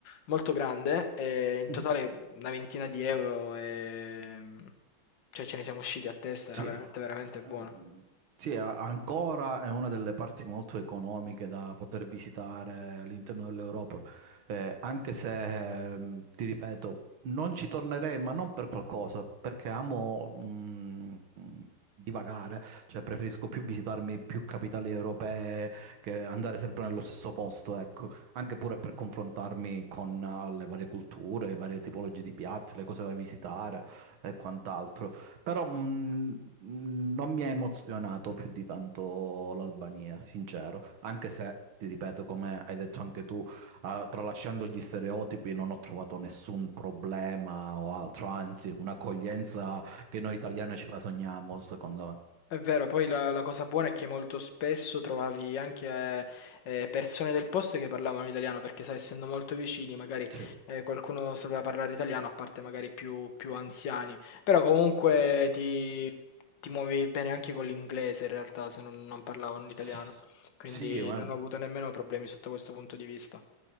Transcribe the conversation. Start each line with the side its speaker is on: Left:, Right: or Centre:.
Left: molto grande, e in totale
Right: Mhm.
Left: una ventina di euro, e, cioè ce ne siamo usciti a testa, era
Right: Sì,
Left: veramente
Right: eh,
Left: veramente buono.
Right: sì, a- ancora è una delle parti molto economiche da poter visitare all'interno dell'Europa, Eh, anche se, ehm, ti ripeto, non ci tornerei, ma non per qualcosa, perché amo, mh, mh, divagare, cioè preferisco più visitarmi più capitali europee che andare sempre nello stesso posto, ecco, anche pure per confrontarmi con eh, le varie culture, le varie tipologie di piatti, le cose da visitare e quant'altro. Però mm, Mm, Non mi ha emozionato più di tanto l'Albania, sincero, anche se, ti ripeto, come hai detto anche tu, ah, tralasciando gli stereotipi, non ho trovato nessun problema o altro, anzi, un'accoglienza che noi italiani ce la sogniamo, secondo me.
Left: È vero, poi la, la cosa buona è che molto spesso trovavi anche eh, persone del posto che parlavano italiano, perché sai, essendo molto vicini, magari
Right: Sì,
Left: eh, qualcuno sapeva parlare italiano, a parte magari più, più anziani, però comunque ti, ti muovevi bene anche con l'inglese in realtà, se non, non parlavano l'italiano,
Right: S-
Left: quindi
Right: sì, ma,
Left: non ho avuto nemmeno problemi sotto questo punto di vista.